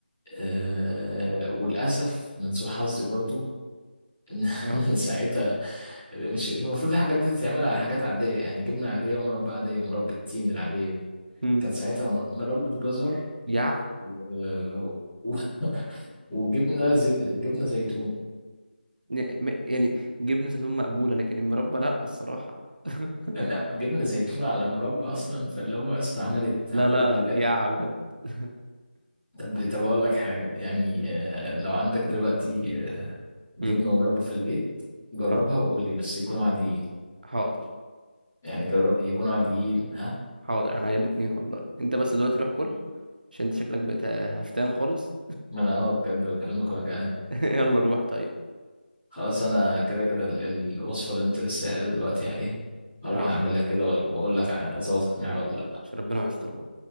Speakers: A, in the centre; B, on the right.
A: آه وللأسف من سوء حظي برضو إن <laughs>
B: اه
A: إن ساعتها مش المفروض الحاجات دي تتعمل على حاجات عادية يعني جبنة عادية ومربى عادية مربى التين العادية دي
B: مم.
A: كانت ساعتها مر- مربى جزر
B: يا
A: آه و- <laughs> وجبنة زي جبنة زيتون
B: ن- م- يعني جبنة زيتون مقبولة لكن المربى لا الصراحة <laughs>
A: لا جبنة زيتون على مربى أصلا فاللي هو استعملت
B: لا
A: عملت
B: لا
A: بجد
B: يا بجد <laughs>
A: طب طب أقول لك حاجة يعني
B: مم.
A: آه لو عندك دلوقتي آه جبنة
B: مم.
A: مربى في البيت جربها
B: اه
A: وقول لي بس يكونوا عاديين
B: حاضر
A: يعني جرب يكونوا عاديين ها
B: حاضر يعني هي الاتنين والله انت بس دلوقتي روح كل عشان انت شكلك بقيت هفتان خالص
A: ما انا اه بجد بكلمك وانا جعان
B: <laughs> يلا روح طيب
A: خلاص انا كده كده ال- الوصفه اللي انت لسه قايلها لي دلوقتي ايه هروح
B: ماشي
A: اعملها كده واقول لك ع- ظبطت معايا ولا لا
B: مش ربنا يستر بقى